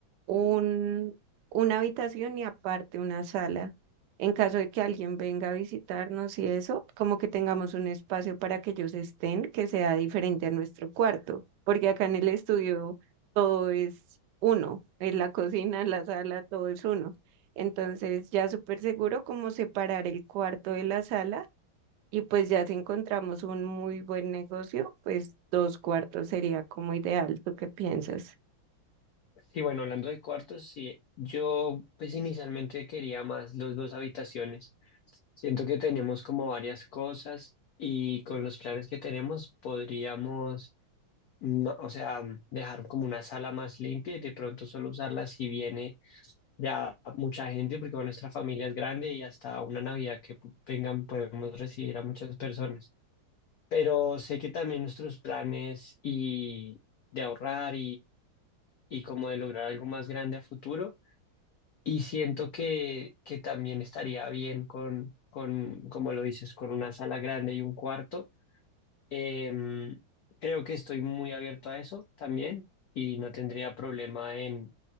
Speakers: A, on the right; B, on the left.
A: un, una habitación y aparte una sala. En caso de que alguien venga a visitarnos y eso, como que tengamos un espacio para que ellos estén, que sea diferente a nuestro cuarto, porque acá en el estudio todo es uno, en la cocina, en la sala, todo es uno. Entonces ya súper seguro como separar el cuarto de la sala y pues ya si encontramos un muy buen negocio, pues dos cuartos sería como ideal. ¿Tú qué piensas?
B: Sí, bueno, hablando de cuartos, sí, yo pues inicialmente quería más los dos habitaciones. Siento que tenemos como varias cosas y con los planes que tenemos podríamos, no, o sea, dejar como una sala más limpia y de pronto solo usarla si viene ya mucha gente, porque bueno, nuestra familia es grande y hasta una Navidad que pu- vengan podemos recibir a muchas personas. Pero sé que también nuestros planes y de ahorrar y como de lograr algo más grande a futuro. Y siento que, que también estaría bien con, con, como lo dices, con una sala grande y un cuarto. Em, creo que estoy muy abierto a eso también y no tendría problema en,